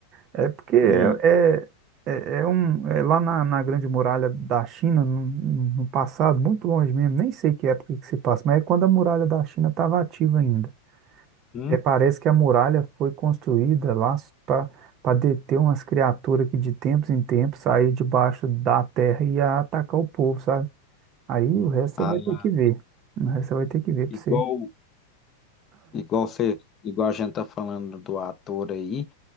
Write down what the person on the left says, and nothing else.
Hum,
hum.
Ah,
igual,
igual você, igual a gente tá falando do ator aí,